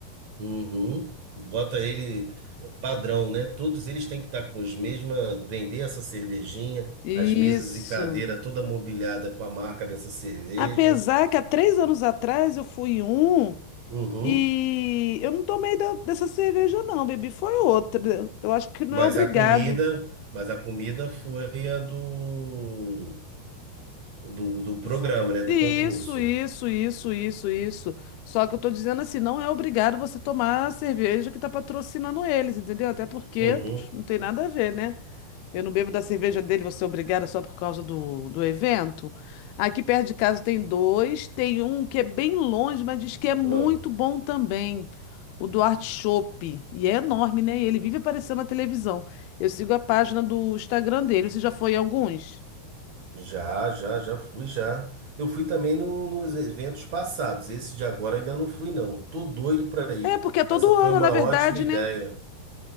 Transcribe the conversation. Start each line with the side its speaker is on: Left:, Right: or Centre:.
Right: Uhum. Bota ele eh, padrão, né? Todos eles têm que estar com os mesmos, vender essa cervejinha,
Left: Isso.
Right: as mesas e cadeira toda mobiliada com a marca dessa cerveja.
Left: Apesar que há três anos atrás eu fui em um
Right: Uhum.
Left: e eu não tomei da- dessa cerveja, não, bebi. Foi outra. Eu acho que não
Right: Mas
Left: é obrigado.
Right: a comida, mas a comida foi a do, do, do programa,
Left: Fu-
Right: né? Do
Left: Isso,
Right: concurso.
Left: isso, isso, isso, isso. Só que eu tô dizendo assim, não é obrigado você tomar a cerveja que tá patrocinando eles, entendeu? Até porque
Right: Uhum.
Left: pff, não tem nada a ver, né? Eu não bebo da cerveja dele, você é obrigada só por causa do, do evento. Aqui perto de casa tem dois, tem um que é bem longe, mas diz que é muito
Right: Ah,
Left: bom também. O Duarte Chopp. E é enorme, né? E Ele vive aparecendo na televisão. Eu sigo a página do Instagram dele. Você já foi em alguns?
Right: Já, já, já fui, já. Eu fui também no- nos eventos passados. Esse de agora ainda não fui, não. Tô doido pra ir.
Left: É, porque é todo
Right: Essa foi
Left: ano,
Right: uma
Left: na verdade,
Right: ótima ideia.
Left: né?